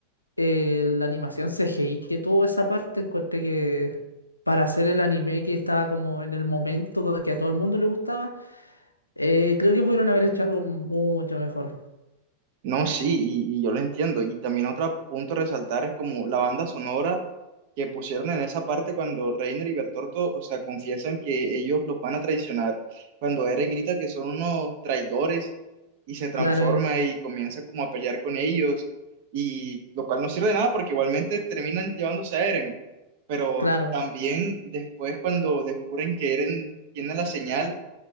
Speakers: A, on the left; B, on the right.
A: eh, la animación CGI que tuvo esa parte, encontré que para hacer el anime que estaba como en el momento do- que a todo el mundo le gustaba, eh, creo que pudieron haber hecho algo mucho mejor.
B: No, sí, y, y yo lo entiendo. Y también otro punto a resaltar es como la banda sonora que pusieron en esa parte cuando Reiner y Bertorto, o sea, confiesan que ellos los van a traicionar, cuando Eren grita que son unos traidores y se transforma
A: Claro, y,
B: y comienza como a pelear con ellos, y lo cual no sirve de nada porque igualmente terminan llevándose a Eren. Pero
A: claro.
B: también después cuando descubren que Eren tiene la señal